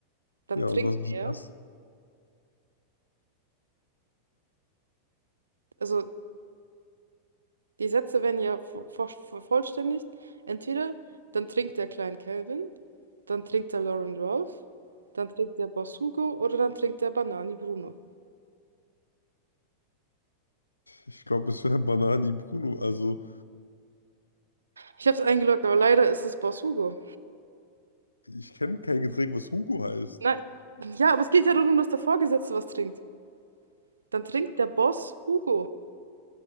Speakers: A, on the right (about 75°); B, on the left (about 80°).
A: Dann
B: Ja,
A: trinkt
B: und was ist
A: er,
B: das?
A: also die Sätze werden ja vo- vo- vervollständigt. Entweder dann trinkt der Klein Calvin, dann trinkt der Lauren Rolf, dann trinkt der Boss Hugo oder dann trinkt der Banani Bruno.
B: Ich glaube, es wäre Banani Bruno. Also,
A: Ich habe es eingeloggt, aber leider ist es Boss Hugo.
B: ich kenne kein Getränk, was Hugo heißt.
A: Nein, ja, aber es geht ja darum, dass der Vorgesetzte was trinkt. Dann trinkt der Boss Hugo.